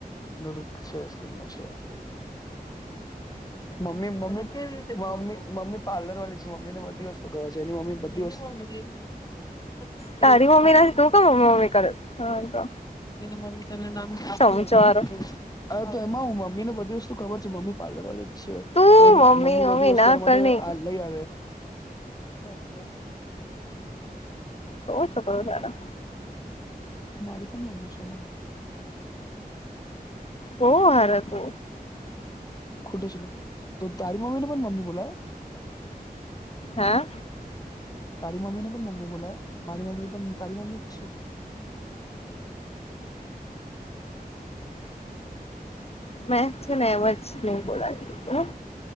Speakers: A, on the left (about 25°); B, on the left (about 40°).
A: એ રુખ છે, કેમનો છે, એને મમ્મીમ્મી કેવી રતે મમી, મમ્મી પ્લર વાળી છે, મમ્મીને બધી વસ્તુ કવા છે, એની મમ્મી એવામી, દેવીની મમી એની મમી તને દેવજી,
B: તારી મમ્મી
A: ક
B: નથી તું ક મમ્મી મમ્મી કરે હા તો
A: એને મમ્મી, તને નામ આપીએ
B: મમ્મી ચમચો વારો
A: એમા મમ્મી ને બધી વસ્તુ ખબર છે, મમ્મી પાર્લરળી જ છે.
B: તું
A: તો એની મમ્મી બધી
B: ના
A: વસ્તુ એના
B: કરની
A: માટે લઈ, આવે બસદ, આ હ
B: શો, શો બલાર
A: તો મારી પણ મમ્મી છે, મહ
B: ઓ હાર, તો
A: ખૂટે છ, તો ત મમી લ પણ મમ્મી બલ
B: હા
A: તારી મમ્મી ને પણ મમ્મી બોલાય, મારી મમ્મી પણ તારી મમ્મી જ છે.
B: મેં છેને, એમ જ નહી, બોલાતી